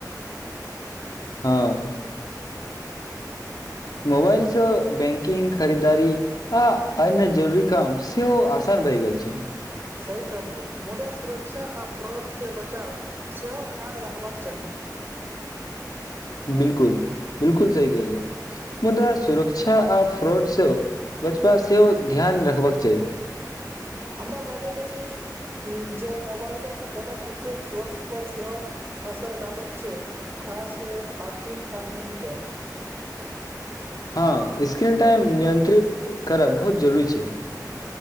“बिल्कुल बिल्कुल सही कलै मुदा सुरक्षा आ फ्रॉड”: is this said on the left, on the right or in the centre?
Left